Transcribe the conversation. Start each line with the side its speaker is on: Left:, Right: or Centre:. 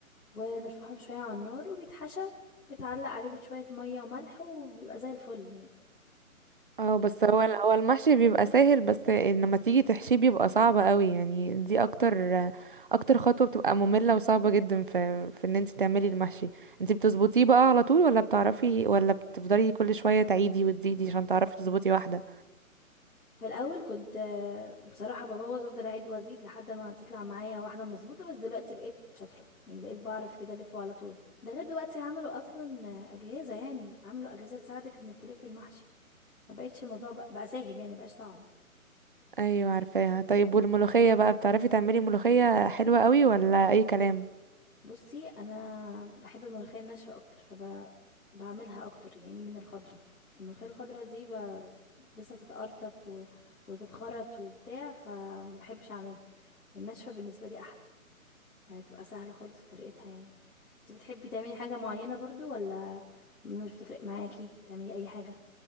Left: ونرفعهم شوية على النار وبيتحشى ويتعلق عليه بشوية مية وملح وبيبقى زي الفل يعني
Right: اه بس
Left: فبن-
Right: هو ال- هو المحشي بيبقى سهل بس لما تيجي تحشيه بيبقى صعب قوي يعني دي أكتر أكتر خطوة بتبقى مملة وصعبة جدا في في إن انت تعملي المحشي انت بتظبطيه بقى على طول ولا بتعرفي ولا بتفضلي كل شوية تعيدي وتزيدي عشان تعرفي تظبطي واحدة
Left: في الأول كنت آه، بصراحة ببوظ أفضل أعيد وأزيد لحد ما تطلع معايا واحدة مظبوطة بس دلوقتي بقيت شاطرة يعني بقيت بعرف كده ألفه على طول ده غير دلوقتي عملوا أصلا آه، أجهزة يعني عملوا أجهزة تساعدك إنك تلفي المحشي ما بقتش الموضوع بقى بقى سهل يعني مبقاش صعب
Right: ايوه عارفاها طيب والملوخية بقى بتعرفي تعملي ملوخية حلوة قوي ولا اي كلام
Left: بصي انا بحب الملوخيه الناشفه اكتر فبعملها اكتر يعني من الخضره الملوخيه الخضره دي ب... لسه تتقرطف و... وتتخرط وبتاع فما بحبش اعملها الناشفه بالنسبه لي احلى هتبقى سهله خالص في طريقتها يعني انت بتحبي تعملي حاجه معينه برضو ولا مش بتفرق معاكي تعملي اي حاجه